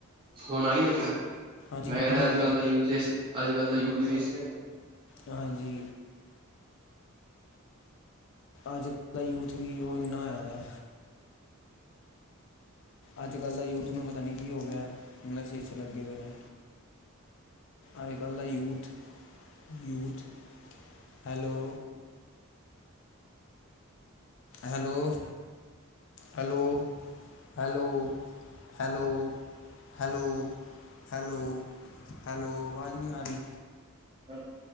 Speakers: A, on the right; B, on the left.
A: ਹੁਣ ਆਈ ਦੇਖੋ,
B: ਹਾਂਜੀ
A: ਮੈਂ
B: ਹੁਣ
A: ਕਹਿ ਰਿਆਂ,
B: ਆ
A: ਅੱਜ-ਕੱਲ
B: ਰਹੀ
A: ਦਾ ਯੂਥ ਇਸ, ਅੱਜ-ਕੱਲ ਦਾ ਯੂਥ ਵੀ ਇਸ
B: ਹਾਂਜੀ ਅੱਜ-ਕਲ ਦਾ ਯੂਥ ਵੀ, ਉਹ ਇੰਨਾ ਹੋਯਾਦਾ। ਅੱਜ-ਕੱਲ ਦੇ ਯੂਥ ਨੂੰ ਪਤਾ ਨਹੀਂ ਕਿ ਹੋਗਿਆ, ਨਸ਼ੇ 'ਚ ਲੱਗੇ ਪੇ ਨੇ। ਅਜ-ਕੱਲ ਦਾ youth, youth, hello hello, hello hello, hello hello, hello, hello ਅਵਾਜ਼ ਨਹੀਂ ਆ ਰਹੀ।
A: ਕਰ